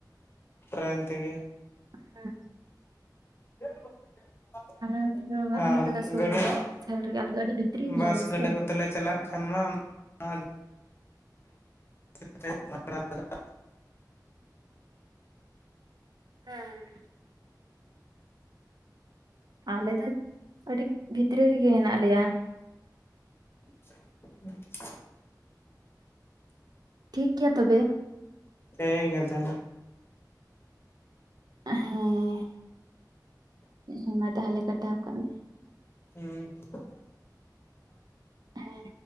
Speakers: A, on the left; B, on the right.
A: ᱴᱮᱨᱮᱱ ᱛᱮᱜᱮ,
B: ᱦᱮᱸ
A: <unintelligible>
B: ᱱᱚᱛᱮ ᱫᱚ ᱵᱟᱹᱱᱩᱜ
A: ᱟᱨ
B: ᱟᱠᱟᱫᱟ ᱥᱩᱨ
A: ᱜᱟᱹᱰᱤ
B: ᱨᱮᱫᱚ ᱡᱷᱟᱹᱞ ᱨᱮᱜᱮ ᱟᱞᱮ ᱫᱚ ᱟᱹᱰᱤ ᱵᱷᱤᱛᱨᱤ
A: ᱵᱟᱥ
B: ᱜᱮᱭᱟᱞᱮ
A: ᱜᱟᱹᱰᱤ
B: ᱥᱮ
A: ᱠᱚᱛᱮ ᱛᱮᱞᱮ ᱪᱟᱞᱟᱜ ᱠᱷᱟᱱ ᱢᱟ ᱟᱹᱰᱤ <unintelligible>
B: ᱦᱮᱸ ᱟᱞᱮ ᱫᱚ ᱟᱹᱰᱤ ᱵᱷᱤᱛᱨᱤ ᱨᱮᱜᱮ ᱦᱮᱱᱟᱜ ᱞᱮᱭᱟ ᱾
A: <unintelligible>
B: ᱴᱷᱤᱠ ᱜᱮᱭᱟ ᱛᱚᱵᱮ ᱾
A: ᱴᱷᱤᱠ ᱜᱮᱭᱟ ᱛᱟᱦᱚᱞᱮ ᱾
B: ᱦᱮᱸ ᱦᱮᱸ ᱢᱟ ᱛᱟᱦᱚᱞᱮ ᱠᱟᱴᱟᱣ ᱠᱟᱜ ᱢᱮ ᱾
A: <unintelligible>
B: ᱦᱮᱸ